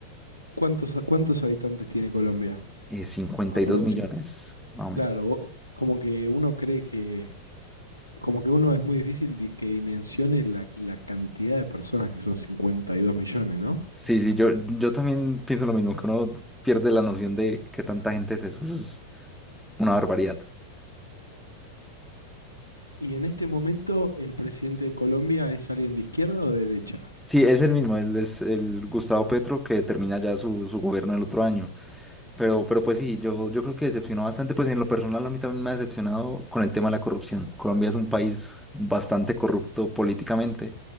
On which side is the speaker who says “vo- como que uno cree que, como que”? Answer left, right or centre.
Right